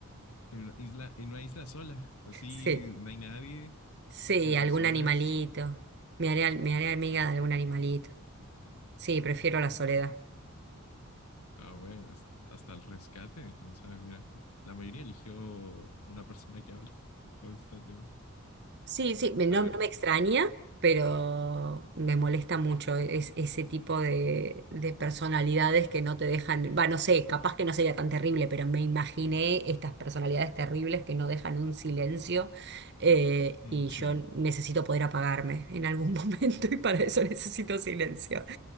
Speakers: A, on the left (about 80°); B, on the right (about 50°).
A: En una isla, en una isla sola. Así
B: Sí.
A: no hay nadie,
B: Sí,
A: sin personas.
B: algún animalito. Me haré, al- me haré amiga de algún animalito. Sí, prefiero la soledad.
A: Ah, bueno, hasta, hasta el rescate, quién sabe. Mira, la mayoría eligió una persona que habla <laughs> constantemente.
B: Sí, sí, me- no,
A: A ver,
B: no me extraña, pero me molesta mucho es- ese tipo de, de personalidades que no te dejan. Va, no sé, capaz que no sería tan terrible, pero me imaginé estas personalidades terribles que no dejan un silencio eh,
A: mm,
B: y yo
A: sí,
B: necesito poder apagarme en algún <laughs> momento y para eso necesito silencio.